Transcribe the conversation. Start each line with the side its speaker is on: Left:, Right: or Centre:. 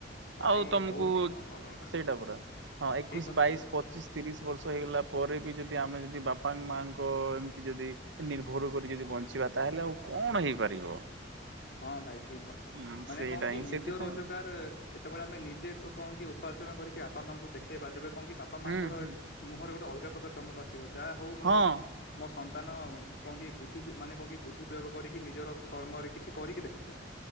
Left: ଭାଇ
Right: ଆଉ ତମୁକୁ
Left: ବହୁତ ଭଲ କଥା
Right: ସେଇଟା ପୁରା ହଁ ଏକୋଇଶ,
Left: ଠିକ କଥା
Right: ବାଇଶି,
Left: କହିଲେ ଭାଇ।
Right: ପଚିଶ୍। ତିରିଶ୍ ବର୍ଷ ହେଇଗଲା। ପରେ ବି ଯଦି ଆମେ ଯଦି ବାପାଙ୍କ, ମାଙ୍କ ଏମିତି ଯଦି ନିର୍ଭର କରି ଯଦି ବଞ୍ଚିବା ତାହାଲେ ଆଉ। କଣ ହେଇପାରିବ।
Left: ହଁ ଭାଇ ଠିକ୍ କଥା।
Right: ହୁଁ
Left: ମାନେ
Right: ସେଇଟା
Left: କଣ କି
Right: ହିଁ
Left: ନିଜ
Right: ସେଥିପାଇଁ
Left: ରୋଜଗାର୍। ଯେତେବେଳେ ଆମେ ନିଜେ କଣ କି ଉପାଚନା କରିକି ବାପା ମାଙ୍କୁ ଦେଖେଇବା ତେବେ କଣ କି ବାପା
Right: ହୁଁ
Left: ମାଙ୍କର।
Right: ହୁଁ
Left: ମୁହଁରେ ଗୋଟେ ଅଲଗା ପ୍ରକାର ଚମକ ଆସିବ, ଯାହା ହଉ ମୋ
Right: ହଁ
Left: ମୋ ସନ୍ତାନ କଣ କି, ବୁଦ୍ଧି ମାନେ କଣ, ବୁଦ୍ଧି ପ୍ରୟୋଗ କରିକି ନିଜର କର୍ମରେ କିଛି କରିକି ଦେଖେଇଲା।